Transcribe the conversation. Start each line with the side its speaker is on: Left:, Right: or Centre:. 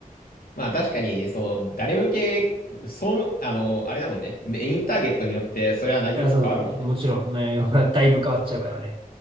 Left: まあ、確かに、その、誰向け、そう、あの、あれだもんね。メインターゲットによって、それは内容も変わるもんね。
Right: あ、そうそうそう。もちろん内容がだいぶ変わっちゃうからね。